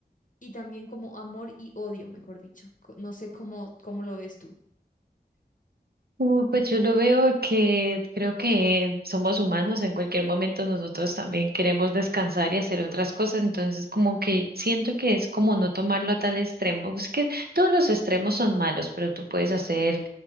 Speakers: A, on the left (about 50°); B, on the right (about 60°).
A: y también como amor y odio, mejor dicho. Co- No sé cómo, cómo lo ves tú.
B: Uh, pues yo lo veo que creo que somos humanos, en cualquier momento nosotros también queremos descansar y hacer otras cosas, entonces como que siento que es como no tomarlo a tal extremo, es que todos los extremos son malos, pero tú puedes hacer,